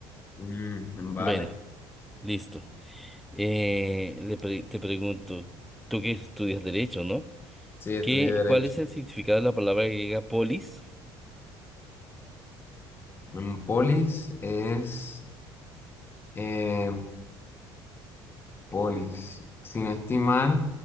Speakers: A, on the left; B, in the centre.
A: Mm, vale,
B: Bueno, listo. Eh, le pre- te pregunto, tú que estudias derecho, ¿no?
A: sí, estudié
B: ¿Qué,
A: Derecho.
B: cuál es el significado de la palabra griega polis?
A: Mm, polis es eh, polis. Sin estimar,